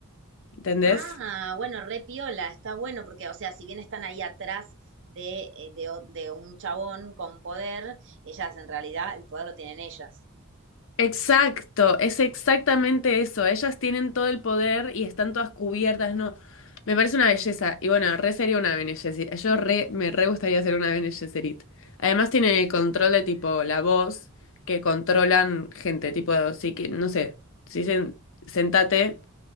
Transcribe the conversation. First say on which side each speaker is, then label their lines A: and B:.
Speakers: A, on the left; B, on the right.
A: ¿Entendés?
B: Ah, bueno, re piola, está bueno porque, o sea, si bien están ahí atrás de, eh, de, o- de un chabón con poder, ellas en realidad el poder lo tienen ellas.
A: Exacto, es exactamente eso. Ellas tienen todo el poder y están todas cubiertas, ¿no? Me parece una belleza. Y bueno, re sería una Bene Gesserit. Yo re, me re gustaría ser una Bene Gesserit. Además tienen el control de tipo la voz, que controlan gente, tipo, sí que, no sé, si dicen sentate